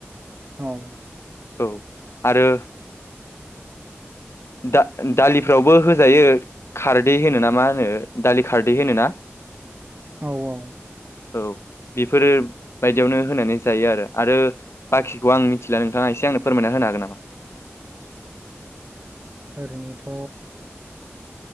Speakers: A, on the right (about 40°); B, on the left (about 70°).
A: औ
B: औ आरो दा दालिफ्रावबो होजायो खारदै होनो ना मा होनो दालि खारदै होनो ना।
A: औ औ।
B: औ। बेफोरो बायदियावनो होनानै जायो आरो बाखिखौ आं मिथिला नोंथाङा एसे आंनो फोरमायना होनो हागोन नामा?
A: ओरैनोथ'